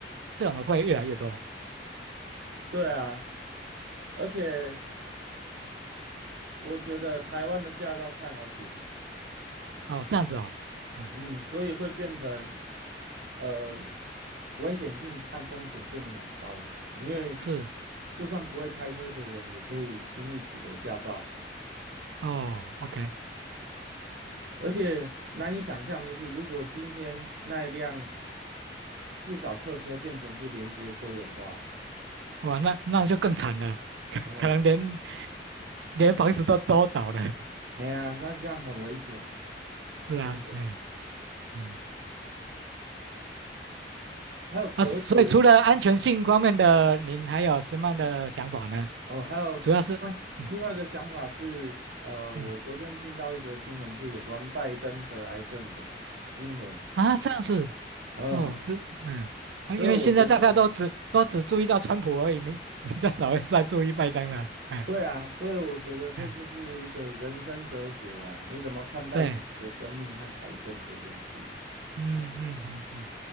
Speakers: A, on the right; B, on the right.
A: 这种的会越来越多
B: 对啊，而且。我觉得台湾的驾照太好取得了，
A: 哦，这样子哦，嗯，
B: 嗯，所以会变成呃危险性和风险变得很高，因为
A: 是
B: 就算不会开车的人也可以轻易取得驾照，
A: 哦，OK，
B: 而且难以想象，就是如果今天那一辆自小客车变成是连接车的话，
A: 哇，那那就更惨了，<laughs> 可可能连
B: 哎，
A: 连房子都都倒了，
B: <laughs> 哎呀，那这样很危险，
A: 是啊，
B: 真的。
A: 嗯嗯，
B: 还有哲学，
A: 啊，所以除了安全性方面的，
B: 嗯
A: 您还有什么样的想法呢？
B: 哦，还有嗯另外一个想法是，
A: 主要是，嗯
B: 呃，
A: 嗯
B: 我昨天听到一则新闻是有关拜登得癌症的新闻，
A: 啊，这样子
B: 呃，
A: 哦，是哎啊，
B: 所以我觉得，
A: 因为现在大家都只都只注意到川普而已，没比较少会再注意拜登了，哎
B: 对啊，所以我觉得这就是一个人生哲学啊，
A: 哎，
B: 你怎么看待自己的生命和癌症这件事？
A: 对，嗯嗯嗯嗯，